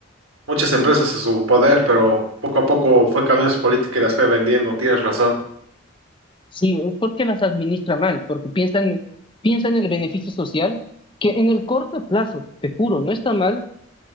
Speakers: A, on the right; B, on the left.
A: muchas empresas a su poder, pero poco a poco fue cambiando su política y las fue vendiendo, tienes razón.
B: Sí, es porque las administra mal, porque piensan, piensan en el beneficio social, que en el corto plazo, te juro, no está mal,